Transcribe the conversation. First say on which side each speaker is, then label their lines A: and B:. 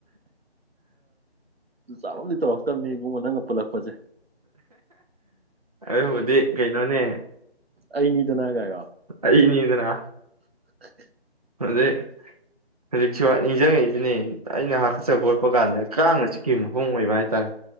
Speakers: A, on the right (about 65°); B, on the right (about 35°).
A: ꯆꯥꯔꯝꯗꯤ ꯇꯧꯔꯛꯇꯕꯅꯤ ꯏꯨꯡꯣ ꯅꯪꯒ ꯄꯨꯜꯂꯛꯄꯁꯦ
B: ꯑꯗ ꯑꯗꯨ ꯀꯩꯅꯣꯅꯦ
A: ꯑꯩ ꯃꯤꯗꯅ ꯍꯥꯏ ꯀꯒ
B: ꯑꯩꯅꯤꯗꯅꯥ
A: <unintelligible>
B: ꯑꯗꯨꯗꯦ ꯍꯧꯖꯤꯛꯁꯨ ꯅꯤꯡꯁꯤꯡꯉꯛꯏꯁꯤꯅꯦ ꯑꯩꯅ ꯍꯥꯀꯠꯆ ꯈꯣꯠꯄ ꯀꯥꯟꯗ ꯀꯥꯡꯥꯡꯅ ꯆꯤꯛꯈꯤꯕ ꯃꯣꯡ ꯑꯣꯏꯕ ꯍꯥꯏꯇꯥꯔꯦ